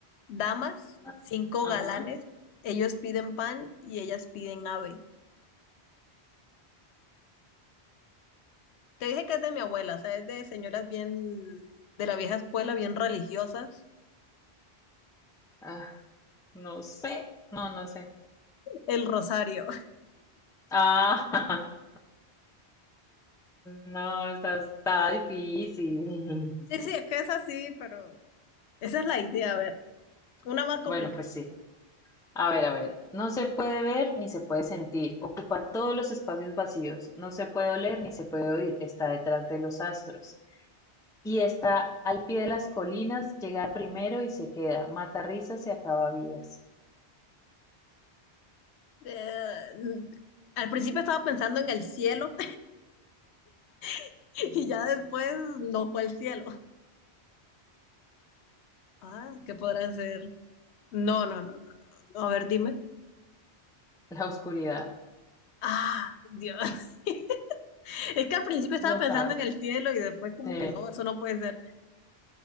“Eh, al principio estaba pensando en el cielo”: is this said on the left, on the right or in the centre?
Left